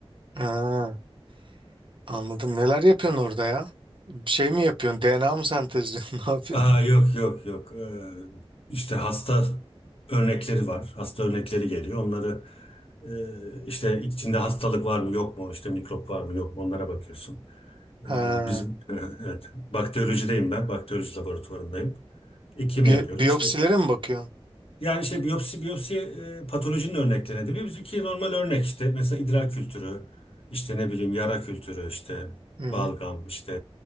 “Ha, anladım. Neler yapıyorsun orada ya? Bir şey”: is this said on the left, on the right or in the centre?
Right